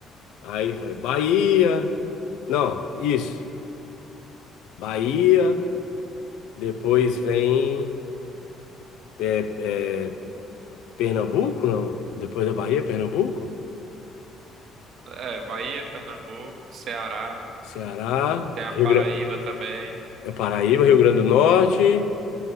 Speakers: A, on the left (about 80°); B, on the right (about 60°).
A: Aí foi Bahia. Não, isso. Bahia, depois vem é, é, Pernambuco, não? Depois da Bahia, Pernambuco?
B: É, Bahia, Pernambuco, Ceará,
A: Ceará,
B: tem a
A: Rio
B: Paraíba
A: Grande,
B: também,
A: Paraíba, Rio Grande do Norte.